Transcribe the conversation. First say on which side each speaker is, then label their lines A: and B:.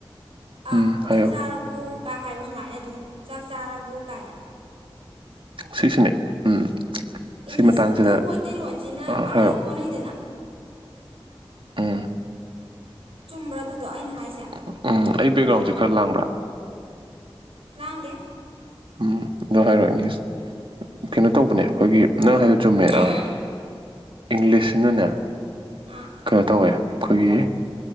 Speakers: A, on the right; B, on the right.
A: ꯑꯥ
B: ꯎꯝ ꯍꯥꯏꯌꯣ
A: ꯆꯥꯛ ꯆꯥꯔꯕꯣ ꯀ ꯍꯥꯏꯕ ꯁꯨꯃꯥꯏꯅ ꯑꯗꯨꯝ ꯆꯥꯛ ꯆꯥꯔꯕꯣ ꯀꯥꯏꯅ
B: ꯁꯤꯁꯨꯅꯦ ꯎꯝ
A: ꯏꯪꯂꯤꯁꯇꯨ
B: ꯁꯤ ꯃꯇꯥꯡꯁꯤꯗ
A: ꯃꯩꯇꯩꯔꯣꯟꯁꯤꯅ
B: ꯍꯥꯏꯔꯛꯑꯣ
A: ꯑꯣꯟꯅꯩꯗꯅ
B: ꯎꯝ
A: ꯆꯨꯝꯕ꯭ꯔꯥ ꯑꯗꯨꯗꯣ ꯑꯩꯅ ꯍꯥꯏꯁꯦ
B: <inaudible> ꯑꯩ ꯕꯦꯛꯒ꯭ꯔꯥꯎꯟꯁꯦ ꯈꯔ ꯂꯥꯡꯕ꯭ꯔꯥ
A: ꯂꯥꯡꯗꯦ
B: ꯎꯝ ꯑꯗꯨ ꯍꯥꯏꯔꯛꯑꯒꯦ ꯀꯩꯅꯣ ꯇꯧꯕꯅꯦ ꯑꯩꯈꯣꯏꯒꯤ ꯅꯪ ꯍꯥꯏꯗꯣ ꯆꯨꯝꯃꯦ
A: ꯅꯪ
B: ꯑꯥ
A: ꯍꯥꯏ
B: ꯏꯪꯂꯤꯁꯁꯤꯅꯅꯦ
A: ꯑꯝ
B: ꯀꯩꯅꯣ ꯇꯧꯋꯦ ꯑꯩꯈꯣꯏꯒꯤ